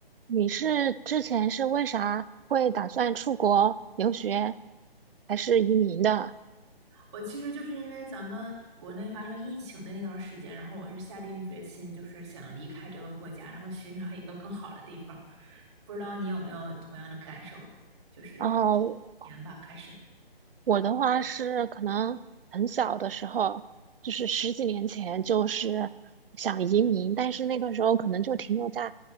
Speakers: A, on the right (about 65°); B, on the right (about 30°).
A: 你是之前是为啥会打算出国留学，还是移民的？
B: 我其实就是因为咱们国内发生疫情的那段时间，然后我是下定决心，就是想离开这个国家，然后寻找一个更好的地方。不知道你有没有同样的感受？就是一九年吧，
A: 然后
B: 开始。
A: 我的话是可能很小的时候，就是十几年前，就是想移民，但是那个时候可能就停留在，